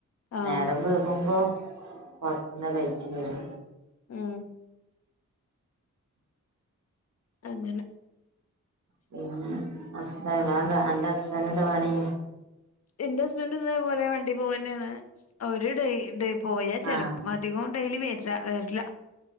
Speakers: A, on the left (about 55°); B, on the right (about 65°).
A: ആഹ്
B: നേരം വൈകുമ്പോ പൊറത്ത്ന്ന് കഴിച്ച് വരു
A: ഉം അങ്ങനെ
B: പിന്നെ അസ്ബ ഞ ന്താ അന്റെ ഹസ്ബൻഡ് ന്റെ പണി
A: ഇന്റെ ഹസ്ബൻഡ് ഇതേ പോലെ വണ്ടി പോവന്നെണ് ഒര് ഡെയ് ഡെയ് പോയാ ചെിലപ്പ
B: ആഹ്
A: അധികം ഡെയ്ലി വര്ല വരില്ല